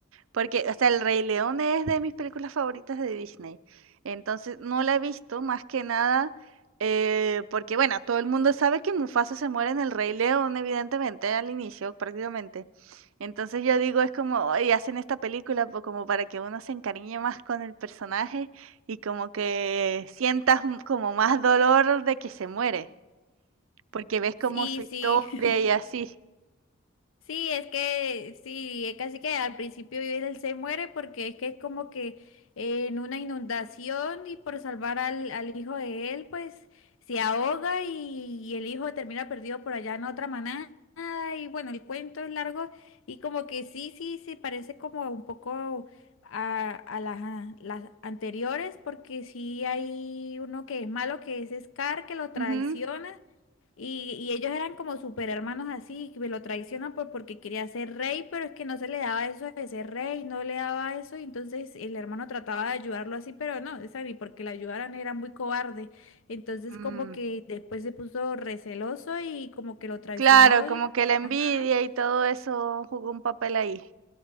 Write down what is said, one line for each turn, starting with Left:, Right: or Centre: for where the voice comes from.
Right: Porque, o sea, El Rey León es de mis películas favoritas de Disney. Entonces, no la he visto más que nada eh, porque, bueno, todo el mundo sabe que Mufasa se muere en El Rey León, evidentemente, al inicio prácticamente. Entonces yo digo, es como, "Ay, hacen esta película po- como para que uno se encariñe más con el personaje y como que sientas m- como más dolor de que se muere, porque ves como
Left: Sí,
Right: su historia
Left: sí.
Right: y así.
Left: <laughs> Sí, es que sí, es casi que al principio él se muere porque es que es como que eh, en una inundación y por salvar al, al hijo de él, pues se ahoga y, y el hijo termina perdido por allá en otra manada. Y bueno, el cuento es largo y como que sí, sí, se parece como un poco a, a las, a las anteriores porque sí hay uno que es malo, que es Scar, que lo traiciona.
Right: Ujú.
Left: Y, y ellos eran como super hermanos así, que lo traicionan por, porque quería ser rey, pero es que no se le daba eso de ser rey, no le daba eso, y entonces el hermano trataba de ayudarlo así, pero no, esa ni porque la ayudaran era muy cobarde. Entonces
Right: Mm.
Left: como que después se puso receloso y como que lo traicionó
Right: Claro, como
Left: y,
Right: que la envidia
Left: ajá.
Right: y todo eso jugó un papel ahí.